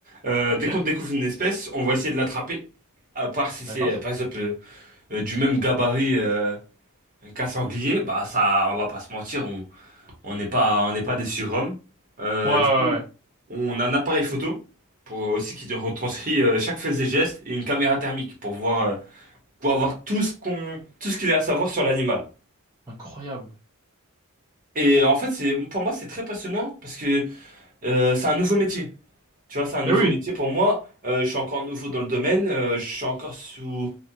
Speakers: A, on the right; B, on the right.
A: Euh,
B: Ok.
A: dès qu'on découvre une espèce, on va essayer de l'attraper. À part si c'est,
B: D'accord.
A: euh, par exemple, euh, euh, du même gabarit euh, qu'un sanglier, bah ça, on va pas se mentir, on on n'est pas, on n'est pas des surhommes. Euh,
B: Ouais, ouais,
A: du coup,
B: ouais.
A: on a un appareil photo pour aussi qui retranscrit euh, chaque fait et geste et une caméra thermique pour voir, euh, pour avoir tout ce qu'on, tout ce qu'il y a à savoir sur l'animal.
B: Incroyable.
A: Et en fait, c'est pour moi, c'est très passionnant parce que euh, c'est un nouveau métier. Tu vois, c'est un nouveau
B: Eh oui,
A: métier pour moi. Euh, je suis encore nouveau dans le domaine. euh, je suis encore sous,